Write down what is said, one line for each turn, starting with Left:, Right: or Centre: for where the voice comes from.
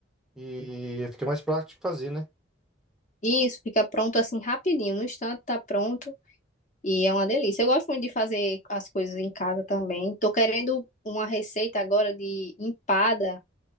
Centre: e fica mais prático fazer, né?
Left: E isso fica pronto assim rapidinho, no instante tá pronto e é uma delícia. Eu gosto muito de fazer as coisas em casa também. Tô querendo uma receita agora de empada.